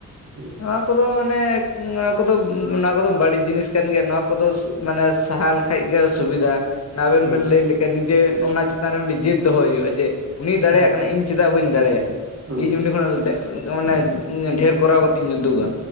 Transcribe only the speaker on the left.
ᱱᱚ- ᱠᱚᱫᱚ ᱢᱟᱱᱮ ᱱᱚᱣᱟ ᱠᱚᱫᱚ ᱱᱚᱣᱟ ᱠᱚᱫᱚ ᱵᱟᱹᱲᱤᱡ ᱡᱤᱱᱤᱥ ᱠᱟᱱ ᱜᱮᱭᱟ ᱱᱚᱣᱟ ᱠᱚᱫᱚ ᱢᱟᱱᱮ ᱥᱟᱦᱟ ᱞᱮ ᱠᱷᱟᱡ ᱜᱮ ᱥᱩᱵᱤᱫᱷᱟ ᱟᱵᱮᱱ
ᱵᱮᱱ ᱞᱟᱹᱭ ᱞᱮᱠᱷᱟᱱ ᱡᱮ ᱚᱱᱟ ᱪᱮᱛᱟᱱ ᱨᱮ ᱢᱤᱫᱴᱮᱱ ᱡᱤᱫ ᱫᱚᱦᱚ ᱦᱩᱭᱩᱜᱼᱟ ᱡᱮ ᱩᱱᱤᱭ ᱫᱟᱲᱮᱭᱟᱜ
ᱠᱟᱱᱟᱭ ᱤᱧ ᱪᱮᱫᱟᱜ- ᱵᱟᱹᱧ ᱫᱟᱲᱮᱭᱟᱜ
ᱤᱧ ᱩᱱᱤ ᱠᱷᱚᱱᱟᱜ ᱢᱟᱱᱮ ᱰᱷᱮᱨ ᱠᱚᱨᱟᱣ ᱠᱟᱛᱮ ᱤᱧ ᱩᱫᱩᱜᱟ